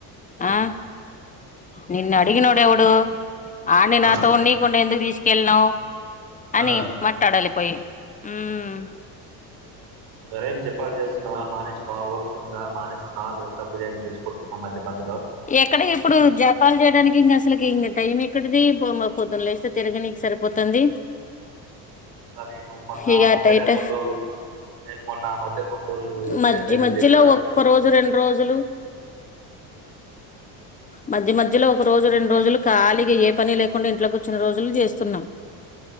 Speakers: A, on the right (about 75°); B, on the left (about 20°).
A: ఉ
B: ఆ నిన్ను అడిగినోడు ఎవడు అడ్ని నాతో
A: ఆ,
B: ఉండ్నికుండా ఎందుకు తీసుకెళ్ళినవు అని
A: ఆ.
B: మాట్లాడాలి పోయి మ్
A: మరేం చెప్పాలి చేస్తున్నావా మానేస్తున్నావా ఒప్పుకుందా మానేస్తున్నావా లేపడప్పు జైనా చేసుకుంటున్నా మధ్య మధ్య
B: ఎక్కడ ఇప్పుడు జపలు చేయడానికి ఇంకా అసల్కి ఇకా టైం ఎక్కడిది బమ్మ పొద్దున్లేస్తే తీరాగినికి సరిపోతుంది
A: ఆదిను మొన్న
B: ఇక
A: ఆ మధ్యనే
B: అటైట
A: కొన్న్రోలు నేను మొన్న ఆ మధ్య కొన్ని రోజులు ఎక్సైజ్
B: మధ్య
A: అవి
B: మధ్యలో
A: చేసిన కదా
B: ఒక్క రోజు రెండు రోజులు మధ్య మధ్యలో ఒక రోజు రెండు రోజులు కాలిగా ఏ పని లేకుండా ఇంట్లో కూర్చునా రోజులు చేస్తున్నాం